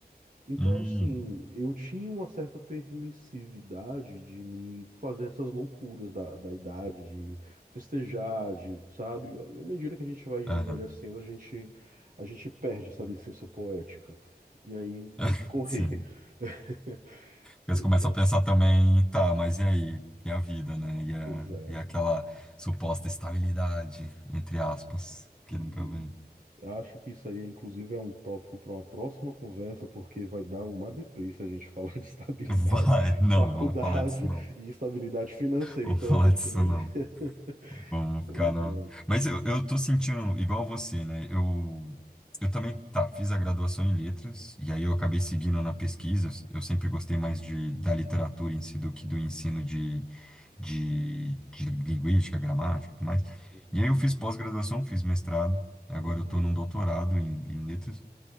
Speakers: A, on the right (about 55°); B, in the centre.
A: Então,
B: Hum,
A: assim, eu tinha uma certa permissividade de me fazer essas loucuras da, da idade, de festejar, de, sabe? E à medida que a gente vai envelhecendo,
B: aham.
A: a gente, a gente perde essa licença poética. E aí
B: <laughs>
A: tem que correr.
B: Sim.
A: <laughs>
B: Porque
A: Pois
B: você começa
A: é,
B: a pensar também, tá, mas e aí? E a vida, né? E, a,
A: pois é.
B: e aquela suposta estabilidade, entre aspas, que
A: E
B: nunca vem.
A: acho que isso aí, inclusive, é um tópico para uma próxima conversa, porque vai dar uma deprê se a gente <laughs> falar de estabilidade,
B: <laughs> Vai,
A: <laughs>
B: não,
A: faculdade
B: não vamos falar disso não.
A: e estabilidade financeira.
B: Vamos
A: Então
B: falar
A: a gente
B: disso
A: não. <laughs>
B: não. Vamos
A: Pois
B: ficar na.
A: é.
B: Mas eu, eu tô sentindo igual você, né? Eu, eu também, tá, fiz a graduação em letras, e aí eu acabei seguindo na pesquisa. Eu sempre gostei mais de, da literatura em si do que do ensino de, de, de linguística, gramática e tudo mais.
A: Uhum.
B: E aí eu fiz pós-graduação, fiz mestrado, agora
A: Hum,
B: eu tô num doutorado em, em letras